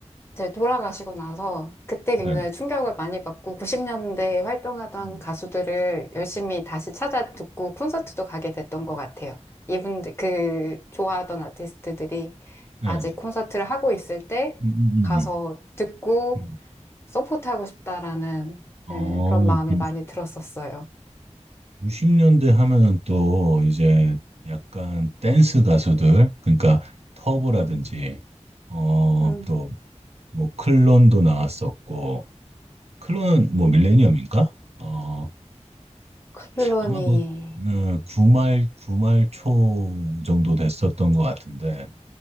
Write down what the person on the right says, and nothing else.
네,
네,
음,
네,
음,
음, 음,
음.
어,
그러니까.
90년대 하면은 또 이제 약간 댄스 가수들, 그러니까 터보라든지, 어,
또 뭐 클론도 나왔었고, 클론은 뭐 밀레니엄인가? 어,
아마 뭐, 음, 구말, 구말 초 정도 됐었던 것 같은데,